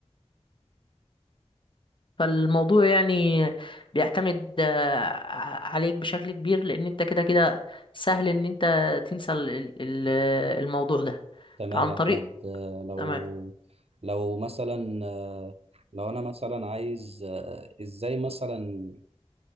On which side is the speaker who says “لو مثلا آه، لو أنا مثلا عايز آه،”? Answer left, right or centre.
Right